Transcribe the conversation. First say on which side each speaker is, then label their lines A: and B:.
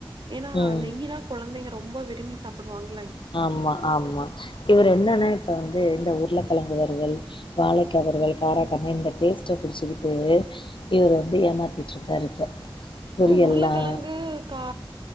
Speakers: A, on the right; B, on the left.
A: ஏனா
B: ம்
A: நெய்யினா கொழந்தைங்க ரொம்ப விரும்பி சாப்டுவாங்கல்லைங்
B: ஆமா ஆமா இவரு என்னனா இப்ப வந்து இந்த உருள கெழங்கு வருவல் வாழைக்கா வருவல் காரக்கான இந்த டேஸ்ட்ட புடிச்சிக்கிட்டு இவரு வந்து ஏமாத்திட்டு இருக்காரு இப்ப பொரியல்லாம்
A: ஓ உருளக்கெழங்கு கா